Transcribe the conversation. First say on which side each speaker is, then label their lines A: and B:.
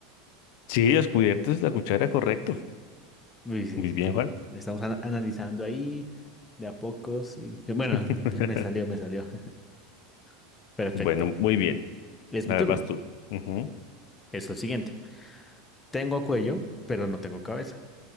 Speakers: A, on the left; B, on the left.
A: Sí, los cubiertos, es la cuchara, correcto.
B: Uy, sí,
A: Muy
B: sí,
A: bien,
B: sí.
A: Juan.
B: Estamos ana- analizando ahí de a pocos y bueno,
A: <laughs>
B: <laughs> me salió, me salió. <laughs> Perfecto.
A: Bueno, muy bien.
B: Es
A: A
B: mi turno.
A: ver, vas tú. Ujú.
B: Es lo siguiente. Tengo cuello, pero no tengo cabeza.